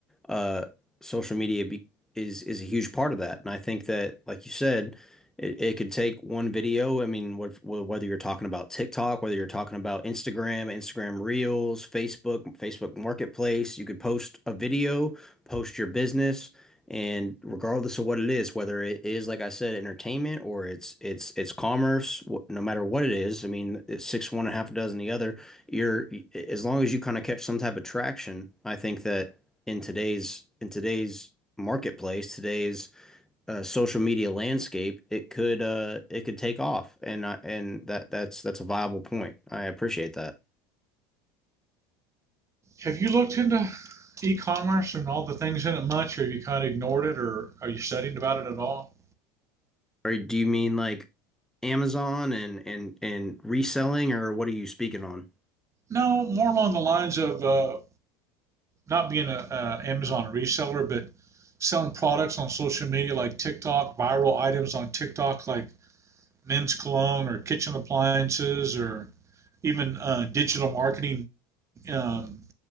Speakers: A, in the centre; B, on the right.
A: uh, social media be, is is a huge part of that. And I think that, like you said, it, it could take one video. I mean, wh wh- whether you're talking about TikTok, whether you're talking about Instagram, Instagram Reels, Facebook, Facebook Marketplace, you could post a video, post your business and regardless of what it is, whether it is, like I said, entertainment or it's it's it's commerce, no matter what it is, I mean, it's six one and a half a dozen the other. You're as long as you kind of catch some type of traction, I think that in today's in today's marketplace, today's uh, social media landscape, it could uh it could take off, and I, and that that's that's a viable point. I appreciate that.
B: Have you looked into e-commerce and all the things in it much, or have you kind of ignored it, or are you studying about it at all?
A: Or do you mean like Amazon and and and reselling, or what are you speaking on?
B: No, more along the lines of uh, not being an Amazon reseller, but selling products on social media like TikTok, viral items on TikTok like men's cologne or kitchen appliances, or even uh, digital marketing um,